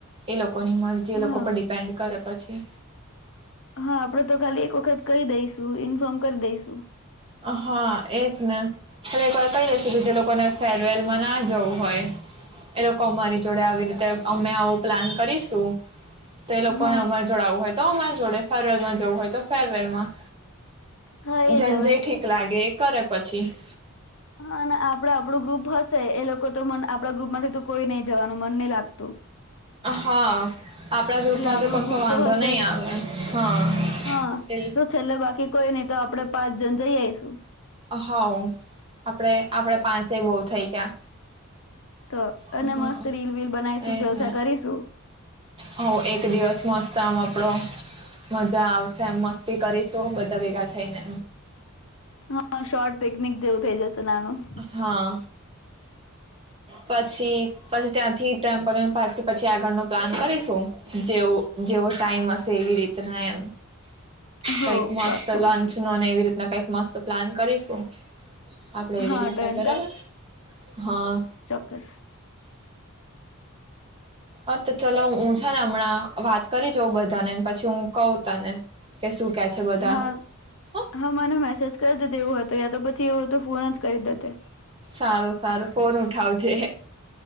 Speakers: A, on the right (about 25°); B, on the left (about 60°).
A: એ લોકો ની મારજી એ લોકો
B: હા
A: ઉપર ડિપેન્ડ કરે. પછી
B: હા આપડો તો ખાલી એક વખત કહી દઈશું ઇન્ફોર્મ કરી દઈશુ.
A: હા એજ ને હલે એક વાર કહી દેસું કે જે લોકોને ફેરવેલ માં ના જવું હોય એ લોકો અમારી જોડે આવી રીતે અમે આવું પ્લાન કરીશું. તો એ લોકોને
B: હા
A: અમાર જોડ આવું હોય તો અમાર જોડે ફેરલ જવું હોય તો ફેરવેલમાં
B: હા
A: જેન
B: એજ અવે.
A: જે ઠીક એ કરે પછી.
B: હા અને આપડે આપણું ગ્રુપ હશે એ લોકો તો મ આપણા ગ્રુપ માંથી તો કોઈ નહી જવાનું મન નહી લાગતું
A: હા. આપડા ગ્રુપમાં
B: એટલે આપડું
A: તો કશો
B: ગ્રુપ
A: વાંધો
B: હશે
A: નહી
B: જ
A: આવે હા
B: હા
A: એ
B: તો છેલ્લે બાકી કોઈ નહી તો આપડે પાંચ જણ જઈ આઈશું.
A: હઉ આપડે આપડે પાંચે બઉ થઈ ગયા.
B: તો
A: હમ્મ
B: અને મસ્ત રીલ વીલ બનાવીશું
A: એજ
B: જલસા
A: ને,
B: કરીશું
A: હ એક દિવસ મસ્તમ આપડો મજા આવશે એમ મસ્તી કરીશું બધા ભેગા થઈ ને.
B: હા શોર્ટ પિકનિક જેવું થઇ જશે નાનું.
A: હા પછી પછી ત્યાંથી ટેમ્પલ પછી આગળનો પ્લાન કરીશું, જેવ જેવો ટાઈમ હશે એવી રીતના એમ.
B: હો
A: કઈક મસ્ત
B: પાકું
A: લંચ નોને એવી રીતના કઈ મસ્ત પ્લાન કરીશું. આપડે એવી
B: હા
A: રીતે
B: ડન
A: બરાબર હા.
B: કસ.
A: હા તો ચલો હું છે ને હમણાં વાત કરી જાઉં બધાને પછી હું કઉ તને કે શું કે છે બધા
B: હા
A: હ
B: હા મને મેસેજ કર દે જેવું હ તો તો એવો તો ફોન જ કરી દે. તે
A: સારો સારો ફોન ઉઠાવજે.